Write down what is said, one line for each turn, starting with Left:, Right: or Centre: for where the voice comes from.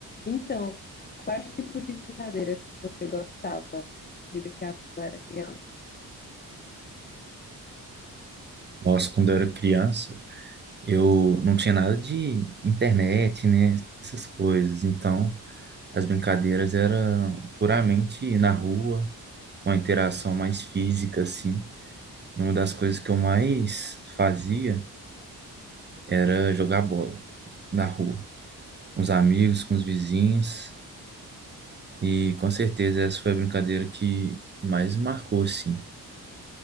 Left: Então, quais tipos de brincadeira que você gostava de brincar quando era criança?
Right: Nossa, quando eu era criança, eu não tinha nada de internet, né? Essas coisas. Então, as brincadeiras eram puramente na rua, com a interação mais física, assim. E uma das coisas que eu mais fazia era jogar bola na rua, com os amigos, com os vizinhos. E com certeza essa foi a brincadeira que mais marcou, assim.